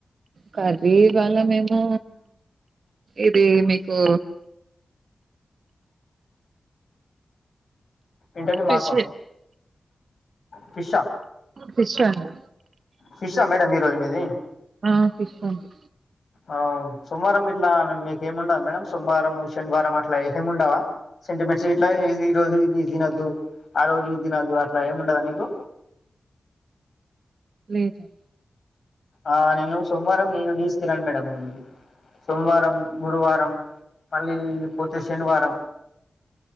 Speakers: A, on the right (about 65°); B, on the left (about 55°).
A: కర్రీ ఇవళ్ళ మేము ఇది మీకు
B: ఏంటండీ
A: ఫిష్
B: మాక ఫిషా
A: ఫిష్ అండి
B: ఫిష్ ఆ మేడమ్ ఈ రోజు మీది
A: ఆ ఫిష్ అండి
B: అవు సోమవారం ఇట్లా మీకు ఏమిండద మేడం సోమవారం శనివారం అట్లా ఏమిండవా సెంటిమెంట్స్ ఇట్లా ఈ రోజు నీస్ తినద్దు ఆ రోజు ఇడి తినదు అట్లా ఏముండదా మీకు
A: లేదండి
B: ఆ నేను సోమవారం నను నీస్ తనను మేడామ్ సోమవారం గురువారం మళ్ళీ పోతే శనివారం